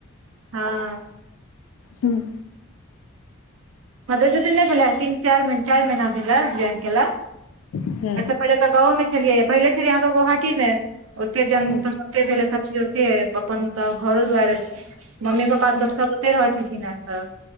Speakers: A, on the right (about 70°); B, on the left (about 85°).
A: हाँ
B: हूँ
A: ह जते दिन नहि भेल तीन चार महीना चार महीना भेल जॉइन केला
B: हूँ
A: अइसे पहिले गाँव मे छलियै पहिले छलियै अहाँके गोवाटी मे ओते जन
B: अच्छा
A: ओे भेले सबचीज ओते ह अपन तऽ घरो दुआरे छै मम्मी पप्पा पा
B: हूँ
A: सब सब ओते रहै छलखिन हे तऽ